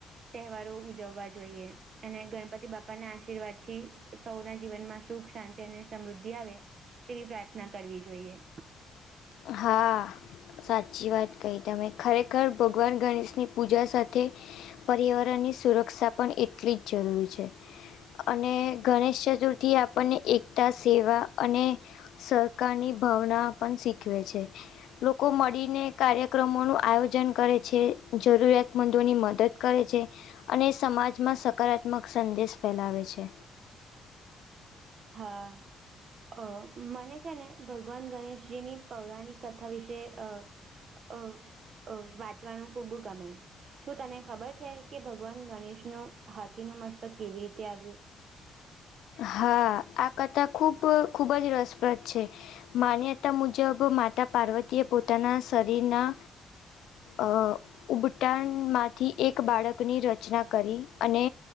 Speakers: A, on the right (about 55°); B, on the left (about 80°).
A: તહેવારો ઉજવવા જોઈએ અને ગણપતિ બાપા ના આશીર્વાદ થી સૌના જીવનમાં સુખ શાંતિ અને સમૃદ્ધિ આવે તેવી પ્રાર્થના કરવી જોઈએ
B: હા સાચી વાત કહી તમે ખરેખર ભગવાન ગણેશની પૂજા સાથે પર્યાવરણ ની સુરક્ષા પણ એટલી જ જરૂરી છે અને ગણેશ ચતુર્થી આપણને એકતા સેવા અને સહકારની ભાવના પણ શીખવે છે લોકો મળીને કાર્યક્રમોનું આયોજન કરે છે જરૂરિયાતમંદોની મદદ કરે છે અને સમાજમાં સકારાત્મક સંદેશ ફેલાવે છે
A: હા અ મને છે ને ભગવાન ગણેશજી ની પૌરાણિક કથા વિશે અ અ વાંચવાનું ખૂબું ગમે શું તને ખબર છે કે ભગવાન ગણેશ નું હાથી નું મસ્તક કેવી રીતે આવ્યું
B: હા આ કથા ખૂબ ખૂબ જ રસપ્રદ છે માન્યતા મુજબ માતા પાર્વતીએ પોતાના શરીરના અ ઉબટાણમાંથી એક બાળકની રચના કરી અને